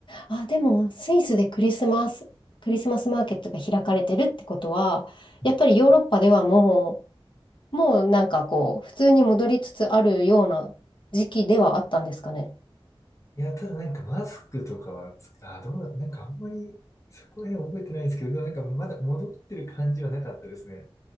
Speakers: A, on the left (about 55°); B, on the left (about 35°).
A: あ、でも、スイスでクリスマス、クリスマスマーケットが開かれてるってことは、
B: うん
A: やっぱりヨーロッパではもう、もうなんかこう、普通に戻りつつあるような時期ではあったんですかね。
B: いや、ただなんかマスクとかはつ、あ、どうだ、なんかあんまり、そこら辺覚えてないんですけど、でもなんかまだ戻ってる感じはなかったですね。